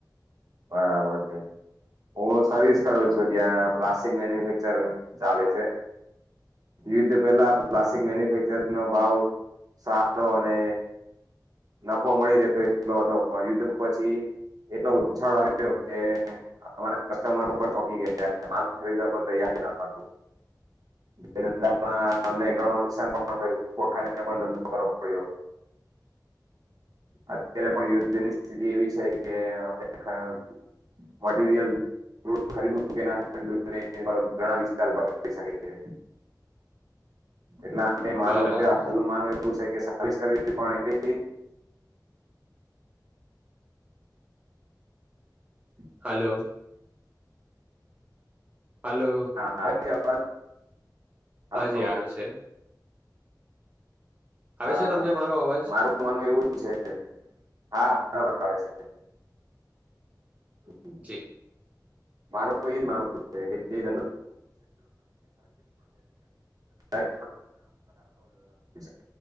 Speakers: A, on the right; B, on the right.
A: બરાબર છે. હું સર્વિસ કરું છું ત્યાં પ્લાસ્ટિક મેન્યુફેક્ચર ચાલે છે. યુદ્ધ પેલા પ્લાસ્ટિક મેન્યુફેક્ચર નો ભાવ સારો અને નફો મળી રહેતો એટલો હતો યુદ્ધ પછી એટલો <unintelligible> છાડ વાતે <unintelligible> અમારા કસ્ટમર પણ ચોકી ગયા <unintelligible> <unintelligible> છે માલ ખરીદવા કો તૈયાર નતું બે ધંધામાં અમને ઘણું નુકસાન પણ થયું <unintelligible> ખટખાનીને પણ ધંધો કરવો પડ્યો. અત્યારે પણ યુદ્ધ ની સ્થિતિ એવી છે કે અમ <unintelligible> મટિરીયલ <unintelligible> ખરી કે ઘણા વિસ્તાર <unintelligible> શકે છે. એટલા માટે મારું
B: બરાબર
A: અત્યારે હાલનું <unintelligible> <unintelligible> મા એવું છે કે સર્વિસ કર <unintelligible> પણ એ હ <inaudible>
B: હલો. હલો
A: હા. <unintelligible>
B: હાજી
A: હલો?
B: આવે છે. આવે
A: હા
B: છે તમને મારો અવાજ
A: મારું માનવું એવું જ છે, હા બરાબર આવે છે. <inaudible>
B: જી
A: મારો એ જ માનવું છે કે જે ધ એ એ